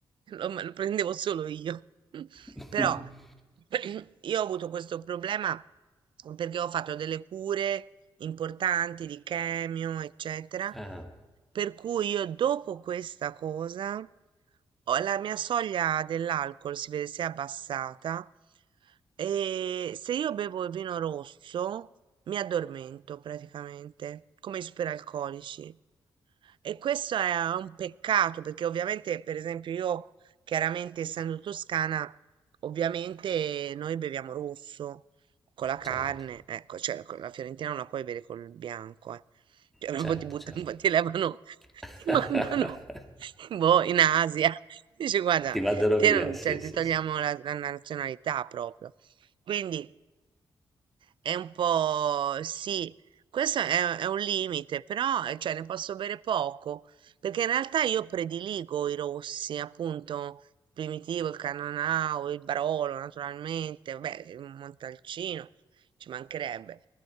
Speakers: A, on the right; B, in the centre.
A: lo, me lo prendevo solo io. <laughs>
B: <laughs>
A: Però <clears throat> io ho avuto questo problema perché ho fatto delle cure importanti di chemio, eccetera,
B: Ah,
A: per cui io dopo questa cosa ho- la mia soglia dell'alcol si vede si è abbassata e se io bevo il vino rosso mi addormento praticamente, come i superalcolici. E questo è un peccato perché ovviamente, per esempio, io Chiaramente, essendo toscana, ovviamente noi beviamo rosso con la carne,
B: certo,
A: ecco, cioè con la fiorentina non la puoi bere col bianco, eh. Cioè, proprio
B: certo,
A: ti buttano,
B: certo.
A: ti levano, <laughs>
B: <laughs>
A: ti mandano <laughs> boh, in Asia. Dici, guarda,
B: Ti mandano
A: te
B: via,
A: non,
B: sì,
A: cioè,
B: sì,
A: ti togliamo
B: sì.
A: la la nazionalità proprio. Quindi. È un po' sì, questo è, è un limite, però eh, cioè, ne posso bere poco, perché in realtà io prediligo i rossi, appunto, il primitivo, il Cannonau, il Barolo, naturalmente, vabbè, il Montalcino, ci mancherebbe.